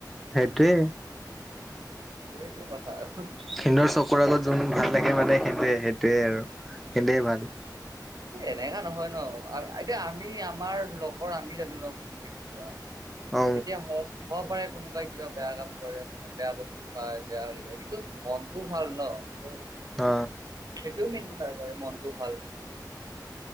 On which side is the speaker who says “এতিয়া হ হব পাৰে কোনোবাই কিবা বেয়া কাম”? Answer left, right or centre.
Right